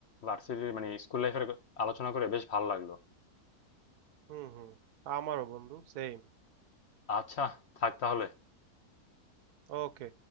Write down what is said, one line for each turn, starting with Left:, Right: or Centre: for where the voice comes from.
Left: ভার্সিটি মানে স্কুল লাইফের আলোচনা করে বেশ ভালো লাগলো
Right: হুম হুম আমারও বন্ধু সেম
Left: আচ্ছা, থাক তাহলে।
Right: ওকে